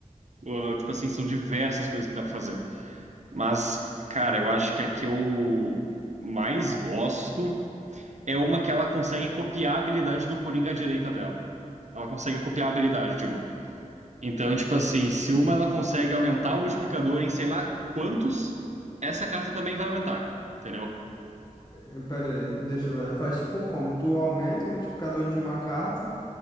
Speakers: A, on the right; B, on the left.
A: Ah, tipo assim, são diversas coisas que dá pra fazer. Mas, cara, eu acho que a que eu mais gosto é uma que ela consegue copiar a habilidade do Coringa à direita dela. Ela consegue copiar a habilidade de uma. Então, tipo assim, se uma ela consegue aumentar o multiplicador em sei lá quantos, essa carta também vai aumentar, entendeu?
B: Eh, Pera aí, deixa eu ver. Tu faz tipo um combo. Tu aumenta o multiplicador de uma carta,